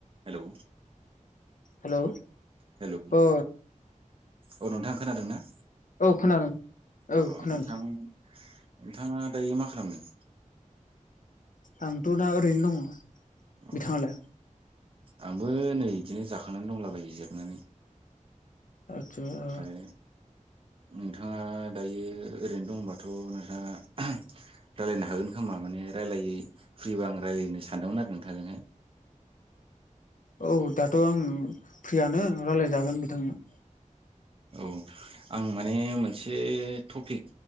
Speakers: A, on the right (about 45°); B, on the left (about 75°).
A: Hello.
B: Hello
A: hello
B: ओ।
A: औ नोंथां खोनादों ना?
B: औ खोनादों औ
A: अ
B: खोनादों।
A: नोंथां नोंथाङा दायो मा खालामदों?
B: आंथ' दा ओरैनो दङ
A: अ
B: बिथाङालाय?
A: आंबो नै बिदिनो जाखांनानै दंलाबायो जिरनानै।
B: आतसा।
A: ओमफ्राय नोंथाङा दायो ओरैनो दंबाथ' नोंथाङा ओहम रायलायनो हागोन खोमा माने राययै फ्रिबा आं रायलायनो सानदोंमोन आरो नोंथांजोंहाय। <inaudible>
B: औ दाथ' आं फ्रियानो रायलायजागोन बिथांनो।
A: औ। आं माने मोनसे टपिक